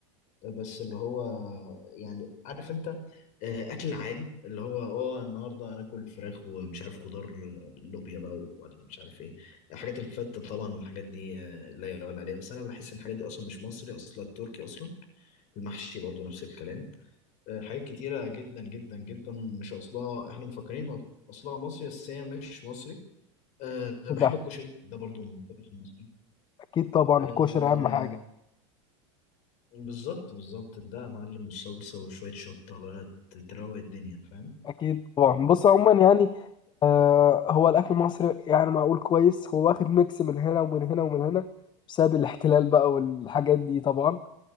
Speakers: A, on the left (about 50°); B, on the left (about 30°).
A: بس اللي هو يعني عارف انت آه، اكل عادي اللي هو اه النهارده هناكل فراخ ومش عارف خضار آه، لوبيا بقى ولا مش عارف ايه حاجات الفتة طبعا الحاجات دي آه، لا يقال عليها بس انا بحس ان الحاجات دي اصلا مش مصري اصلا تركي اصلا المحشي برضو نفس الكلام آه، حاجات كتيرة جدا جدا جدا مش اصلها احنا مفكرين اصلها مصري بس هي مش مصري أه بحب
B: ده
A: الكشري ده برضو من الطبخ المصري
B: اكيد طبعا
A: آه،
B: الكشري اهم حاجة
A: بالظبط بالظبط ده يا معلم الصلصة وشوية شطة بقى ت- تروق الدنيا فاهم
B: اكيد طبعا بص عموما يعني آه هو الاكل المصري يعني معقول كويس هو واخد ميكس من هنا ومن هنا ومن هنا بسبب الاحتلال بقى والحاجات دي طبعا